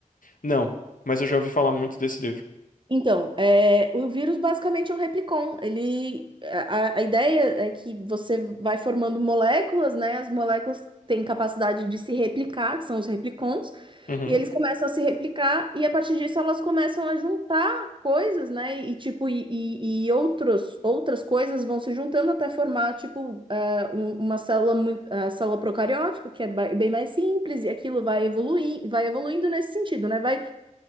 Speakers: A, on the left; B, on the right.
A: Não, mas eu já ouvi falar muito desse livro.
B: Então, é, o vírus basicamente é um replicon. Ele, a, a- ideia é que você vai formando moléculas, né? As moléculas têm capacidade de se replicar, que são os replicons,
A: Uhum.
B: e eles começam a se replicar, e a partir disso elas começam a juntar coisas, né? E tipo, e, e, e outros, outras coisas vão se juntando até formar, tipo, é, um- uma célula muito, a célula procariótica, que é ba- bem mais simples, e aquilo vai evoluir, vai evoluindo nesse sentido, né? Vai